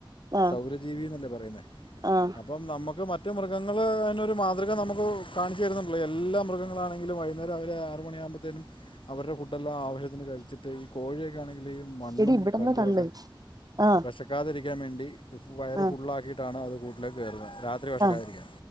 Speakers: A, on the right (about 50°); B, on the left (about 80°).
A: ആഹ്
B: സൗരജീവിന്നല്ലേ പറയുന്നേ
A: ആഹ്
B: അപ്പം നമുക്ക് മറ്റ് മൃഗങ്ങൾ അതിനൊരു മാതൃക നമുക്ക് കാണിച്ചു തരുന്നുണ്ടല്ലോ എല്ലാ മൃഗങ്ങളാണെങ്കിലും അന്നേരം അവര് ആറ് മണി ആകുമ്പോത്തേനും അവരുടെ ഫുഡ്ല്ലാം ആവശ്യത്തിന് കഴിച്ചിട്ട് ഈ കോഴി ആണെങ്കിൽ ഈ മണ്ണും
A: എടി ഇവിടന്ന്
B: കല്ലും
A: തള്ള്
B: ഒക്കെ
A: ആഹ്
B: വെശക്കാതിരിക്കാൻ വേണ്ടി വയറ്
A: ആഹ്
B: ഫുള്ള് ആക്കിയിട്ടാണ് അത് കൂട്ടിലേക്ക് കേറുന്നത് രാത്രി വെശക്കാതിരിക്കാൻ
A: ആഹ്